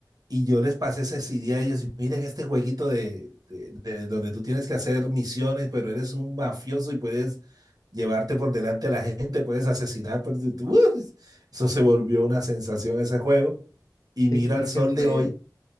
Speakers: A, on the right; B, on the left.
A: Y yo les pasé ese CD a ellos, miren este jueguito de, de- de donde tú tienes que hacer misiones, pero eres un mafioso y puedes llevarte por delante a la gente, puedes asesinar. Por... tu- tu- ¡Uf! Eso se volvió una sensación ese juego. Y mira
B: De hecho, creo
A: el sol
B: que fue
A: de hoy.